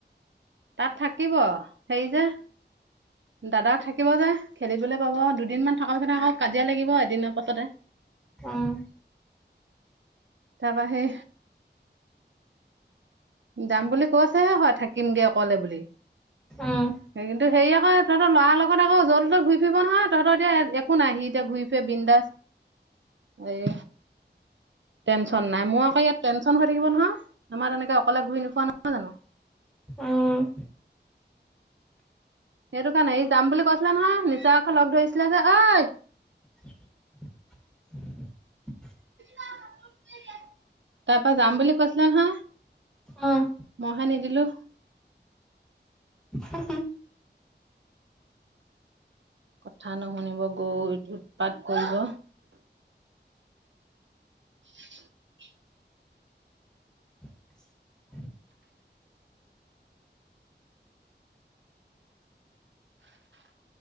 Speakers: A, on the right (about 85°); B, in the centre.
A: তাত থাকিব, হেৰি যে দাদাক থাকিব যে, খেলিবলৈ পাব দুদিনমান থকাৰ পিছত আকৌ কাজিয়া লাগিব এদিনৰ পাছতে।
B: উম।
A: তাৰপৰা হে যাম বুলি কৈছেহে হয় থাকিমগে অকলে বুলি।
B: উম
A: সেই কিন্তু হে আকৌ তহতৰ লৰাৰ লগত আকৌ জলটো তত ঘূৰি ফৰি নহয়, তহঁতৰ এতিয়া একো নাই এতিয়া সি ঘূৰি ফুৰে বিন্দাছ। <inaudible> এই টেনশ্যন নাই, মোৰ আকৌ ইয়াত টেনশ্যন হৈ থাকিব নহয়। আমাৰ তেনেকে অকলে ঘূৰি নুফুৱা নহয় জানো।
B: উম
A: সেইটো কাৰণে, ই যাম বুলি কৈছিলে নহয়, নিচাঅক লগ ধৰিছিলে যে, ঐ
B: <unintelligible>
A: তাৰপা যাম বুলি কৈছিলা নহয়।
B: অঁ
A: মইহে নিদিলোঁ।
B: <unintelligible>
A: কথা নুশুনিব গল, উৎপাত কৰিব। <inaudible>
B: <inaudible>